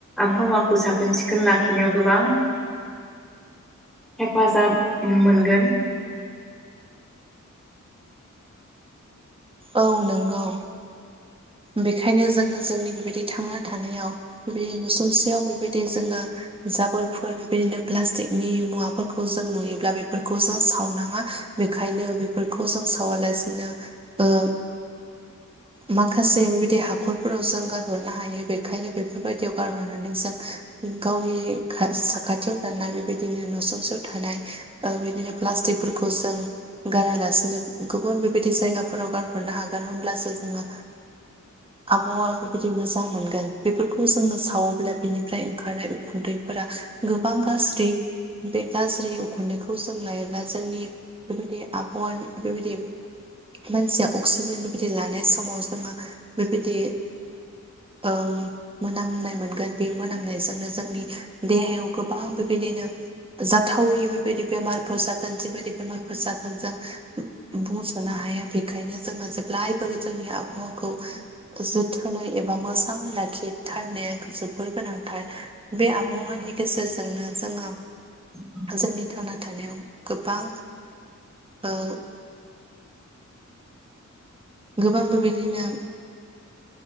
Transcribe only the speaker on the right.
औ नोंगौ। बिखायनो जोङो जोंनि बेबायदि थांना थानायाव बेबायदि नुसुंसेयाव बेबायदि जोङो जाबोरफोर बेबायदिनो प्लास्टिकनि मुवाफोरखौ जों नुयोब्ला बेफोरखौ जों सावनाङा। बेखायनो बेफोरखौ जों सावालासिनो ओ
माखासे बेबायदि हाखरफोराव जों गारहरनो हायो बेखायनो बेफोरबायदियाव गारहरनानै जों गावनि खा साखाथियाव थानाय बेबायदिनो नुसुंसेयाव थानाय ओ बिदिनो प्लास्टिकफो फोरखौ जों गारालासिनो गुबुन बेबायदि जायगाफोराव गारहरनो हागोन होमब्लास सो जोङो आबहावा बेबायदि मोजां मोनगोन बेफोरखौ जोङो सावोब्ला बिनिफ्राय ओंखारनाय उखुन्दै फोरा गोबां गाज्रि बे गाज्रि उखुन्दैखौ जों लायोब्ला जोंनि बेबायदि आबहावानि बेबायदि मानसिया अक्सिजेन बेबि दि लानाय समाव जोङो बेबिदि
ओं मोनामनाय मोनगोन बे मोनामनाय जोंनो जोंनि देहायाव गोबां बेबायदिनो जाथावै बेबायदि बेमारफोर जागोन जिबायदि बेमारफोर जागोन जों बुंस'नो हाया। बेखायनो जोङो जेब्लाय जोङो जोंनि आबहावाखौ जोथोनै एबा मोजांङै लाखिथारनाया जोबोर गोनांथार। बे आबहावानि गेजेरजोंनो जोङो
जोंनि थांना थानायाव गोबां ओ गोबां बेबायदिनो